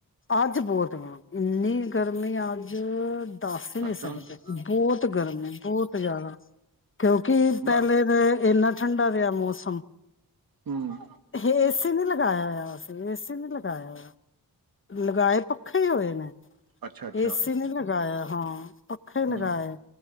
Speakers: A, on the left; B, on the right.
A: ਅੱਜ ਬਹੁਤ ਆਂ ਇੰਨੀ ਗਰਮੀ ਅੱਜ ਦੱਸ ਹੀ ਨਹੀਂ
B: ਅੱਛਾ
A: ਸਕਦੇ
B: ਹੂੰ
A: ਬਹੁਤ ਗਰਮੀ, ਬਹੁਤ ਜ਼ਿਆਦਾ ਕਿਉਂਕਿ ਪਹਿਲੇ
B: ਬ
A: ਤਾਂ ਇੰਨਾ ਠੰਡਾ ਰਿਹਾ ਮੌਸਮ।
B: ਹੂੰ
A: ਏਸੀ ਨਹੀਂ ਲਗ ਏਸੀ ਨਹੀਂ ਲਗਾਇਆ ਲਗਾਏ ਪੱਖੇ ਹੋਏ ਨੇ
B: ਅੱਛਾ-ਅੱਛਾ
A: ਏਸੀ ਨੇ ਲਗਾਇਆ ਹਾਂ ਪੱਖੇ
B: ਹੂੰ,
A: ਲਗਾਏ